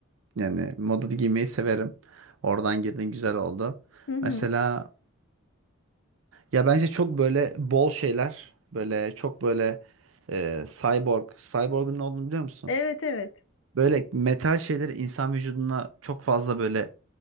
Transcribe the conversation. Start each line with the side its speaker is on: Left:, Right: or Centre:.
Right: yani moda giymeyi severim. Oradan girdin güzel oldu.
Left: Hı hı.
Right: Mesela ya bence çok böyle bol şeyler böyle çok böyle e, cyborg. Cyborg'un ne olduğunu biliyor musun?
Left: Evet evet.
Right: Böyle metal şeyleri insan vücuduna çok fazla böyle